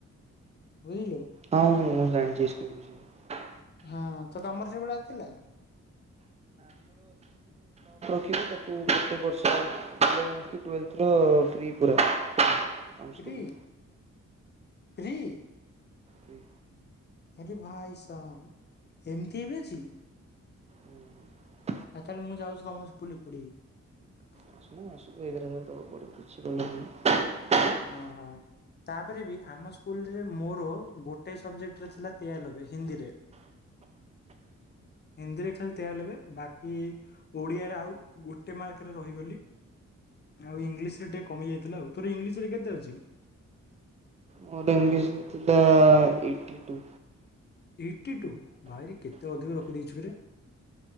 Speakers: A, on the left; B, on the right.
A: ବୁଝିଲୁ।
B: ହଁ ମୁଁ ଜାଣିଛି ଏ ସବୁ ବିଷୟରେ।
A: ହଁ ତ ତମର ସେଭଳିଆ ଥିଲା।
B: ଦେଖିଲି ତାକୁ ଗୋଟେ ବର୍ଷ ଇଲେଭେନ୍ଥ କି ଟୁଏଲଭ ଫ୍ରି ପୁରା। ଆମ ସ୍କୁଲରେ
A: ଫ୍ରି ଫ୍ରି।
B: ହୁଁ।
A: ଆରେ ଭାଇ ସାଙ୍ଗ୍ ଏମିତି ଇଏ ବି ଅଛି।
B: ଉଁହୁଁ।
A: ଆଉ ତାହେଲେ ମୁଁ ଯାଉଛି ତମ ସ୍କୁଲରେ ପଢିବି।
B: ଆସୁନୁ ଆସୁନୁ। ଏଗାର ହଜାର ଟଙ୍କା ବଢିଛି। <inaudible>
A: ଓହୋ। ତାପରେ ବି ଆମ ସ୍କୁଲରେ ମୋର ଗୋଟେ ସବଜେକ୍ଟରେ ଥିଲା ତେୟାଲବେ ହିନ୍ଦୀରେ ହିନ୍ଦୀରେ ଖାଲି ତେୟାଲବେ ବାକି ଓଡ଼ିଆରେ ଆଉ ଗୋଟେ ମାର୍କରେ ରହିଗଲି ଆଉ ଇଂଲିଶରେ କମି ଯାଇଥିଲା ଆଉ ତୋର ଇଂଲିଶ ରେ କେତେ ଅଛି?
B: ମୋର ଇଂଲିଶ ରେ ଥିଲା ଏଇଟି ଟୁ।
A: ଏଇଟି ଟୁ ଭାଇ କେତେ ଅଧିକ ରଖିଦେଇଚୁ ରେ